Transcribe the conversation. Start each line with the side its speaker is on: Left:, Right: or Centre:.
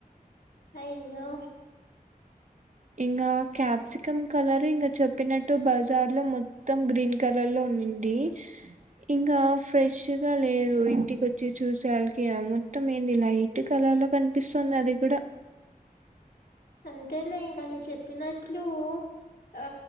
Left: అయ్యో
Right: ఇంకా క్యాప్సికమ్ కలర్ ఇంక చెప్పినట్టు బజార్ లో మొ మొత్తం గ్రీన్ కలర్ లో ఉందిడి ఇంకా ఫ్రెష్గా లేరు ఇంటికి వచ్చి చూసే యాళికి మొత్తం ఏంది లైట్ కలర్ లా కనిపిస్తుంది అది కూడా
Left: అంతేలే ఇంకా నువ్వు చెప్పినట్లు ఆ